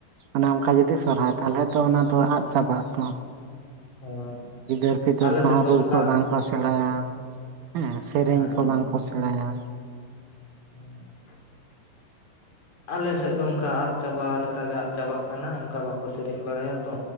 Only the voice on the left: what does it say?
ᱦᱳᱭ
ᱟᱞᱮ
ᱥᱮᱫ ᱫᱚ
ᱚᱱᱠᱟ
ᱦᱮᱸ
<inaudible> ᱟᱞᱮᱥᱮᱫ ᱫᱚ ᱚᱱᱠᱟ ᱟᱫ ᱪᱟᱵᱟ ᱞᱮᱠᱟᱜ ᱜᱮ ᱟᱫ ᱪᱟᱵᱟᱜ ᱠᱟᱱᱟ ᱚᱱᱠᱟ ᱵᱟᱠᱚ ᱥᱮᱨᱮᱧ ᱵᱟᱲᱟᱭᱟ ᱛᱚ